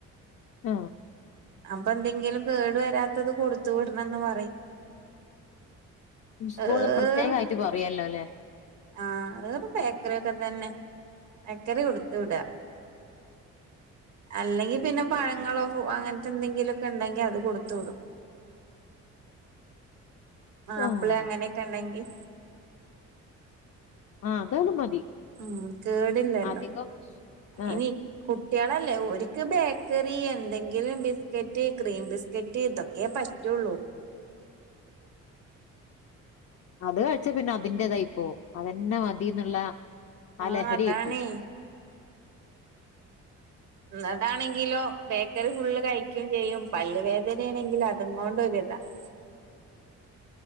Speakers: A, on the left; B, on the right.
A: ആ
B: അപ്പ എന്തെങ്കിലും കേടു വരാത്തത് കൊടുത്തു വിടണംന്ന് പറയും
A: സ്കൂളില്
B: ഏറും
A: പ്രത്യേകമായിട്ട് പറയല്ലോല്ലേ
B: ആഹ് അത് ബേക്കറിക്കെ തന്നെ ബേക്കറി കൊടുത്തു വിട അല്ലെങ്കിൽ പിന്നെ പഴങ്ങളോ ഫ്രൂ അങ്ങനത്തെ എന്തെങ്കിലുമൊക്കെ ഉണ്ടെങ്കിൽ അത് കൊടുത്തു വിടും ആപ്പിള്
A: ആഹ്
B: അങ്ങനെയൊക്കെ ഉണ്ടെങ്കിൽ
A: ആഹ് അതാലും മതി
B: ഉം കേടില്ലല്ലോ
A: അധികം ആഹ്
B: ഇനി കുട്ടികളല്ലേ ഒരി ക്ക് ബേക്കറി എന്തെങ്കിലും ബിസ്ക്കറ്റ് ക്രീം ബിസ്ക്കറ്റ് ഇതൊക്കേ പറ്റുള്ളൂ
A: അത് കഴിച്ച പിന്നെ അതിന്റെറതായി പോവും അതന്നെ മ തീന്നുള്ള ആ
B: ആഹ്
A: ലഹരി
B: അതാണേ
A: ആയി പോവും
B: എന്നതാണെങ്കിലോ ബേക്കറി ഫുള്ള് കഴിക്കുകയും ചെയ്യും പല്ല് വേദനയാണെങ്കിലോ അതും കൊണ്ടൊരിതാ <inaudible>